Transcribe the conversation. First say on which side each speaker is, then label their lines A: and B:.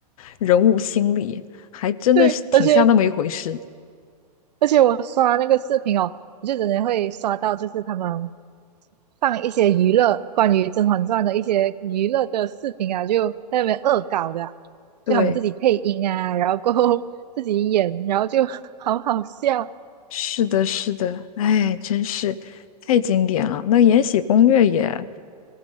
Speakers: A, on the left; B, on the right.
A: 人物心理，还真的是挺像那么一回事。
B: 对，而且而且我刷那个视频哦，我就真的会刷到，就是他们放一些娱乐关于《甄嬛传》的一些娱乐的视频啊，就在那边恶搞的啊就他们自己配音啊，
A: 对，
B: 然后过后 <laughs> 自己演，然后就 <laughs> 好好笑。
A: 是的，是的，哎，真是太经典了。那《延禧攻略》也